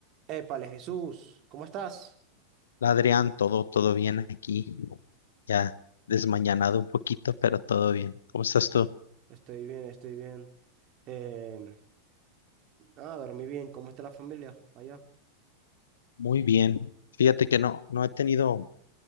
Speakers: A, on the right; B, on the left.
A: Épale, Jesús, ¿cómo estás?
B: Hola, Adrián, todo, todo bien aquí, ya desmañanado un poquito, pero todo bien. ¿Cómo estás tú?
A: Estoy bien, estoy bien. Em, ah, dormí bien. ¿Cómo está la familia allá?
B: Muy bien. Fíjate que no, no he tenido